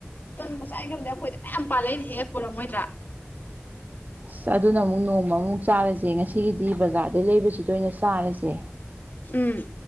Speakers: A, on the left (about 45°); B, on the right (about 45°).
A: ꯇꯟ ꯉꯁꯥꯏ ꯈꯪꯉꯝꯃꯗꯤ ꯑꯈꯣꯏꯗ ꯃꯌꯥꯝ ꯄꯥꯜꯂꯦ ꯑꯩꯅ ꯍꯦꯛ ꯄꯣꯔꯛꯑꯝꯃꯣꯏꯗ꯭ꯔꯥ
B: ꯑꯁ ꯑꯗꯨꯅ ꯑꯃꯨꯛ ꯅꯣꯡꯃ ꯃꯨꯛ ꯆꯥꯔꯖꯦ ꯉꯁꯤꯒꯤꯗꯤ ꯕꯖꯥꯔꯗꯩ ꯂꯩꯕꯁꯤꯗ ꯑꯣꯏꯅ ꯆꯥꯔꯖꯦ
A: ꯎꯝ